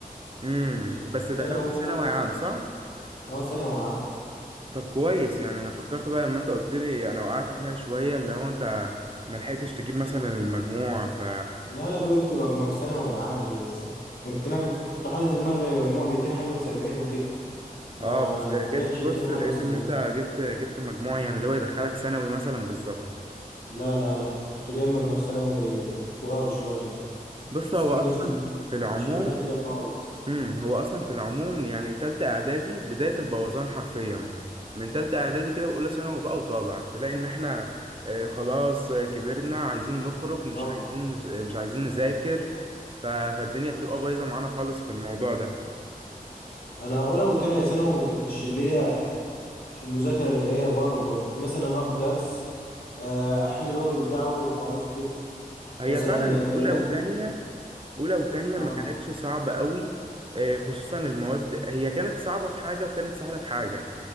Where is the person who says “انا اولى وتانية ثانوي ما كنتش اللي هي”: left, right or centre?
Left